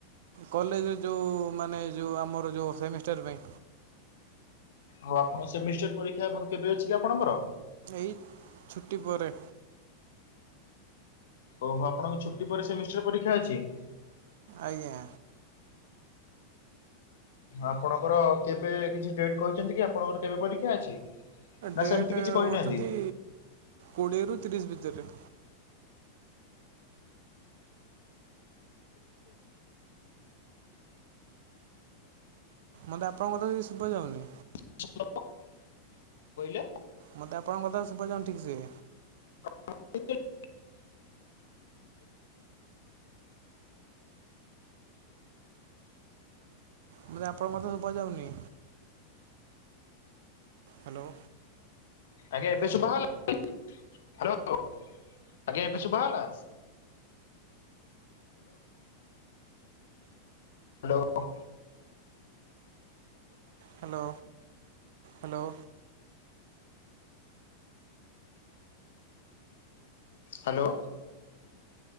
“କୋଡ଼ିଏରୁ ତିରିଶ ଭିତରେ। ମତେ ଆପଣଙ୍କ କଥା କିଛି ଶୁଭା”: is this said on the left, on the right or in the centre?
Right